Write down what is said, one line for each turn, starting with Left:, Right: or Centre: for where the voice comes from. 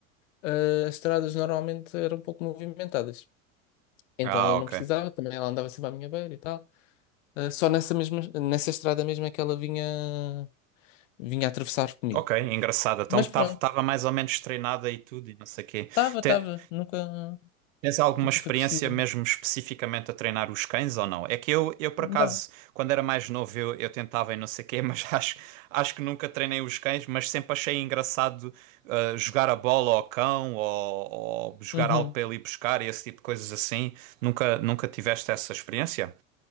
Left: eh, as estradas normalmente eram um pouco movimentadas, então
Right: Ah,
Left: ela não
Right: ok.
Left: precisava, também ela andava sempre à minha beira e tal, Eh, só nessa mesma, nessa estrada mesmo é que ela vinha, vinha atravessar comigo,
Right: Ok, engraçado. Então
Left: mas
Right: estava
Left: pronto,
Right: mais ou menos treinada e tudo e não sei o quê.
Left: estava,
Right: Te-
Left: estava, nunca,
Right: Tens alguma
Left: nunca
Right: experiência
Left: foi preciso,
Right: mesmo especificamente a treinar os cães ou não? É que eu, eu por
Left: não.
Right: acaso, quando era mais novo, eu, eu tentava e não sei quê, mas <laughs> acho, acho que nunca treinei os cães, mas sempre achei engraçado uh, jogar a bola ao cão ou, ou jogar
Left: Uhum.
Right: algo para ele ir buscar e esse tipo de coisas assim. Nunca, nunca tiveste essa experiência?